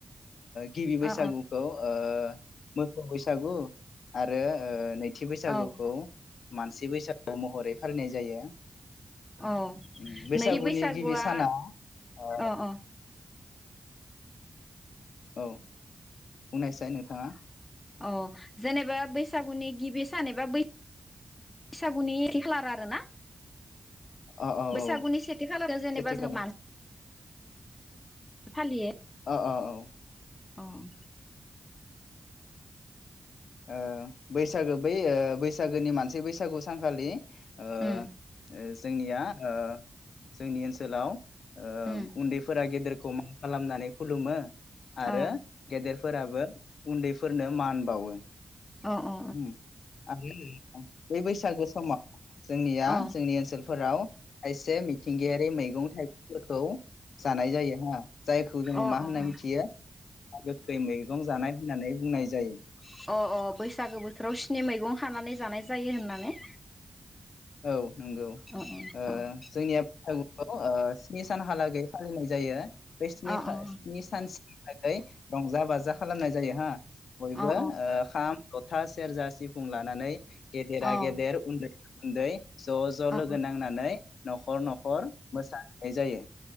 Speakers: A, on the left; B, on the left.
A: गिबि बैसागुखौ
B: अ
A: ओ मोसौ बैसागु आरो नै थि बैसागुखौ
B: अ औ
A: मानसि बैसागु महरै फालिनाय जायो।
B: अ
A: उम, बैसागुनि
B: नै बैसागुआ
A: गिबि साना ओ
B: अ अ
A: औ बुंनायसाय नोंथाङा?
B: अ जेनेबा बैसागुनि गिबि सान एबा बैसागुनि नै खालार आरो ना।
A: अ औ
B: बैसागुनि
A: औ
B: सेथि खालारो जेनेबा
A: सेथि
B: जों
A: खालार
B: मान फालियो।
A: ओ औ
B: औ
A: ओ बैसागो बै बैसागोनि मानसि बैसागु सानखालि ओ
B: उम
A: जोंनिया ओ जोंनि ओनसोलाव ओ
B: उम
A: उन्दैफोरा गेदेर खौ मान खालामनानै खुलुमो। आरो
B: अ
A: गेदेर फोराबो उन्दैफोरनो मान बावो।
B: अ अ
A: अम आरो बे बैसागु समा जोंनिया
B: अ
A: जोंनि ओनसोल फोराव थायसे मिथिंगायारि मैगं थाइगं फोरखौ जानाय जायो हा जायखौ जोंङो
B: अ
A: मा
B: अ
A: होनना मिथियो गोखै मैगं जानाय होननानै बुंनाय जायो।
B: <inaudible> अ अ बैसागो बोथोराव स्नि मैगं हानानै जानाय जायो। जायो होननानै
A: औ। नंगौ
B: अ
A: ओ
B: अ
A: जोंनिया औ औ ओ स्नि सानहालागै फालिनाय जायो। बे स्निखा
B: अ अ
A: स्नि सानसि थाखाय रंजा बाजा खालामनाय जायो हा। बयबो
B: अ अ
A: ओ खाम जथा सेरजा सिफुं लानानै गेदेरा
B: अ
A: गेदेर उन्दै गुन्दै ज' ज'
B: अ
A: लोगो नांनानै न'खर न'खर मोसा जायो।